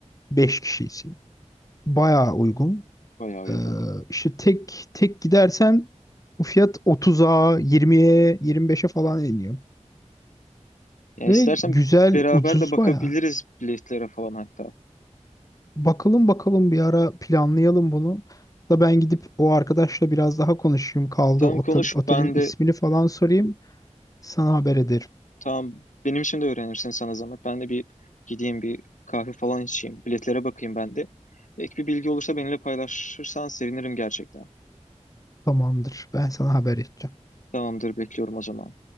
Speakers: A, on the left (about 30°); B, on the left (about 85°).
A: 5 kişi için. Bayağı uygun.
B: Bayağı uygun.
A: Ee, işte tek tek gidersen bu fiyat 30'a, 20'ye, 25'e falan iniyor.
B: Yani
A: Ve
B: istersen
A: güzel,
B: beraber
A: ucuz
B: de bakabiliriz
A: bayağı.
B: biletlere falan hatta.
A: Bakalım bakalım bir ara planlayalım bunu. Da ben gidip o arkadaşla biraz daha konuşayım. Kaldığı
B: Tamam
A: otel,
B: konuş
A: otelin
B: ben de
A: ismini falan sorayım. Sana haber ederim.
B: Tamam benim için de öğrenirsin sana zahmet. Ben de bir gideyim bir kahve falan içeyim. Biletlere bakayım ben de. Ek bir bilgi olursa benimle paylaşırsan sevinirim gerçekten.
A: Tamamdır. Ben sana haber edeceğim.
B: Tamamdır bekliyorum o zaman.